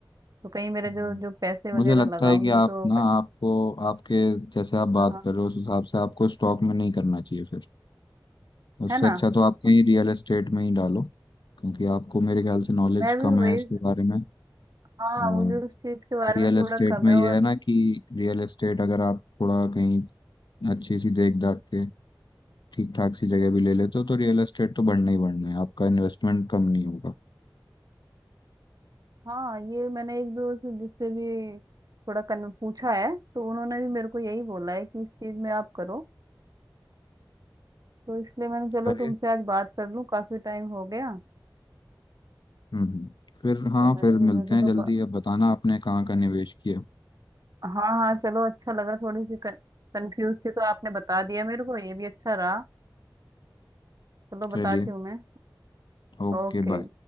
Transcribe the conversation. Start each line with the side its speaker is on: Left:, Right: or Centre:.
Right: तो कहीं मेरे
Left: हम्म।
Right: जो जो पैसे
Left: मुझे
Right: वगैरह
Left: लगता
Right: लगाऊंगी
Left: है कि आप
Right: तो
Left: ना
Right: क-
Left: आपको आपके जैसे आप बात
Right: हाँ
Left: कर रहे हो उस हिसाब से आपको स्टॉक में नहीं करना चाहिए फिर उससे
Right: है ना
Left: अच्छा तो आप कहीं रियल एस्टेट में ही डालो क्योंकि आपको मेरे ख्याल से नॉलेज
Right: मैं भी
Left: कम है
Right: वही
Left: इसके बारे में
Right: हाँ
Left: और
Right: मुझे उस चीज के बारे
Left: रियल
Right: में थोड़ा
Left: एस्टेट
Right: कम
Left: में
Right: है
Left: यह
Right: और
Left: है ना कि रियल एस्टेट अगर आप थोड़ा कहीं अच्छी सी देख दाख के ठीक ठाक सी जगह भी ले लेते हो तो रियल एस्टेट तो बढ़ना ही बढ़ना है आपका इन्वेस्टमेंट कम नहीं होगा
Right: हाँ ये मैंने एक दो से जिससे भी थोड़ा कन पूछा है तो उन्होंने भी मेरे को यही बोला है कि इस चीज में आप करो तो इसलिए मैंने चलो
Left: करिए
Right: तुमसे आज बात कर लूं काफी टाइम हो गया
Left: हम्म हम्म। फिर हाँ
Right: तो मैंने
Left: फिर मिलते
Right: सोचा
Left: हैं
Right: चलो
Left: जल्दी
Right: ब-
Left: अब बताना आपने कहाँ का निवेश किया
Right: हाँ हाँ चलो अच्छा लगा थोड़ी सी कंफ्यूज थी तो आपने बता दिया मेरे को ये भी अच्छा रहा चलो बताती
Left: चलिए
Right: हूँ मैं
Left: ओके
Right: ओके
Left: बाय